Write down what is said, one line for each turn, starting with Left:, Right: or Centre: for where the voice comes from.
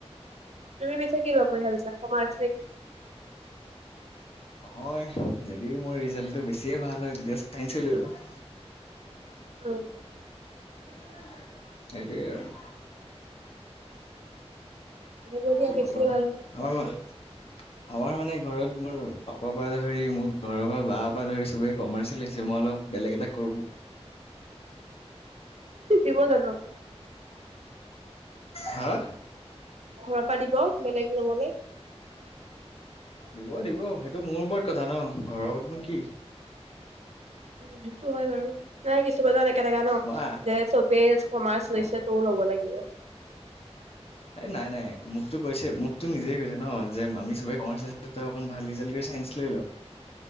Right: তুমি পিছে কি ল'ম বুলি ভাবিছাঁ, কমাৰ্চ নে কি?
Left: নহয়, যদি মোৰ ৰিজাল্টটো বেছিয়ে ভাল হয়, তেতিয়া চাইঞ্চে লৈ লম।
Right: উম্
Left: <unintelligible> সেইটোৱেই আৰু।
Right: হ'ব দিয়া
Left: কি
Right: বেছি
Left: ক'বা,
Right: ওলাল
Left: আমাৰ আমাৰ মানে ঘৰত মোৰ পাপাৰ পৰা ধৰি, মোৰ ঘৰৰ পৰা বাৰ পৰা ধৰি চবেই কমাৰ্চে লৈছে, মই অলপ বেলেগ এটা কৰোঁ
Right: দিব জানোঁ?
Left: হা'
Right: ঘৰৰ পৰা দিব, বেলেগ লবলৈ।
Left: দিব দিব, সেইটো মোৰ ওপৰত কথা ন, ঘৰতনো কি।
Right: উম্, সেইটো হয় বাৰু, নাই কিছুমানে এনেকা এনেকা ন,
Left: মই
Right: যে চবেই কমাৰ্চ লৈছে
Left: অ
Right: টয়ো ল'ব লাগিব।
Left: এ নাই নাই, মোকতো কৈছে। মোকতো নিজে কৈছে ন, যে আমি সবে কমাৰ্চ লৈছোঁ। তই অকণ ভাল ৰিজাল্ট কৰি চাইঞ্চ লৈ ল।